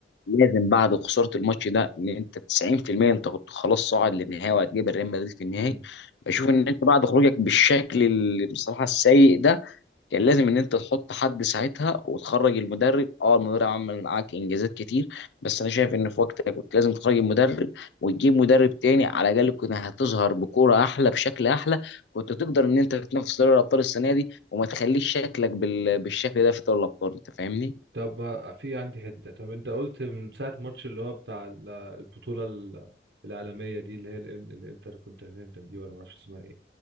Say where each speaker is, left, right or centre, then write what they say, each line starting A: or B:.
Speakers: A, on the left (about 80°); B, on the right (about 65°).
A: لازم بعد خساره الماتش ده ان انت 90% انت كنت خلاص صاعد للنهائي وهتجيب الريال مدريد في النهائي
B: امم
A: بشوف ان انت بعد خروجك بالشكل اللي بصراحه السيء ده كان لازم ان انت تحط حد ساعتها وتخرج المدرب اه المدرب عمل معاك انجازات كتير بس انا شايف ان في وقتها كنت لازم تخرج المدرب وتجيب مدرب تاني على الاقل كنت هتظهر بكوره احلى بشكل احلى كنت تقدر ان انت تنافس دوري الابطال السنه دي وما تخليش شكلك بال... بالشكل ده في دوري الابطال انت فاهمني؟
B: طب بقى في عندي حتة طب انت قلت من ساعة الماتش اللي هو بتاع ال- البطولة ال- العالمية دي اللي هي الانتر كونتيننتال دي ولا معرفش اسمها ايه